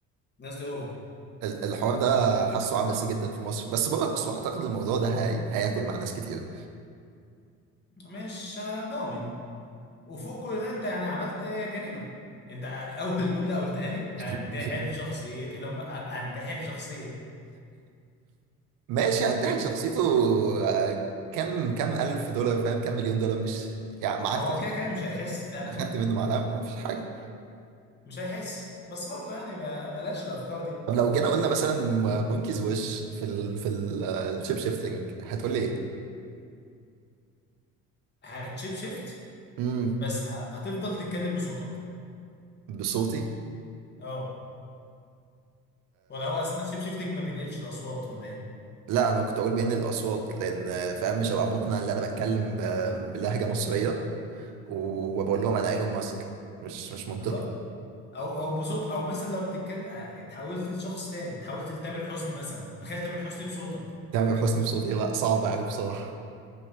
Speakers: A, on the left; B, on the right.
A: الناس دي اوفر
B: فالحوار ده حاسه عبثي جدا في مصر بس بره مصر اعتقد الموضوع ده هي... هياكل مع ناس كتير
A: مش آه، ضامن وفوق كل ده انت يعني عملت جريمه انت اول جمله قلتها لي هنتحل
B: <laughs>
A: شخصيه ايلون ما- هنتحل شخصيه
B: ماشي هنتحل شخصيته آه، كم كم ألف دولار فاهم كم مليون دولار مش يعني معاك
A: هو كده كده مش هيحس فعلا
B: يعني خدت منه معلقه ما فيش حاجه
A: مش هيحس بس برضه يعني ب- بلاش الافكار دي
B: طب لو جينا قلنا مثلا مونكيز ويش في ال في ال- الشيب شيفتنج هتقول لي ايه
A: هتشيب شيفت
B: امم
A: بس ه- هتفضل تتكلم بصوتك
B: بصوتي
A: اه ولا هو اصلا الشيب شيفتنج ما بينقلش الاصوات ولا ايه
B: لا انا كنت اقول بين الاصوات لان فاهم مش هبقى مقنع ان انا بتكلم ب- بلهجه مصريه و- وبقول لهم انا ايلون ماسك مش مش منطقي
A: بالظبط او او بصوت او مثلا لو بتتكلم اتحولت لشخص تاني اتحولت لتامر حسني مثلا تخيل تامر حسني بصوتك
B: تامر حسني بصوتي لا صعب قوي بصراحه